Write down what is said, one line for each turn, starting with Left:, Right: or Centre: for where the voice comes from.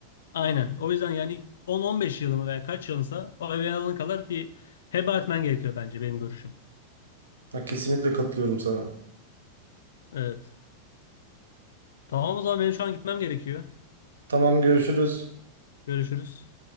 Left: Aynen. O yüzden yani 10-15 yılını veya kaç yılınsa o evin alana kadar bir heba etmen gerekiyor bence benim görüşüm.
Right: Ha, kesinlikle katılıyorum sana.
Left: Evet. Tamam o zaman benim şu an gitmem gerekiyor.
Right: Tamam görüşürüz.
Left: Görüşürüz.